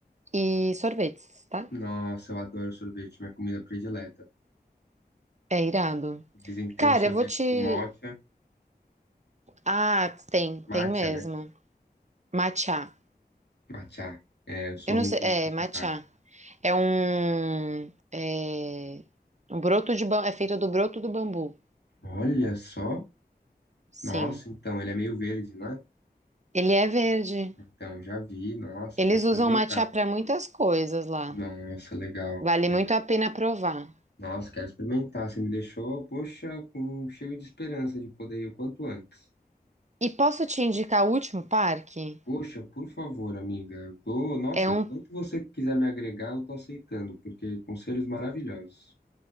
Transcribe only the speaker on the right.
e sorvetes, tá?
É irado.
Cara,
eu vou te
Ah, tem,
tem mesmo.
Matcha.
Eu
não sei,
é,
matcha. É um é um broto de ba... é feito do broto do bambu.
Sim.
Ele é verde.
Eles
usam matcha para muitas coisas lá.
Vale muito
a pena provar.
E posso te indicar o último parque?
É um,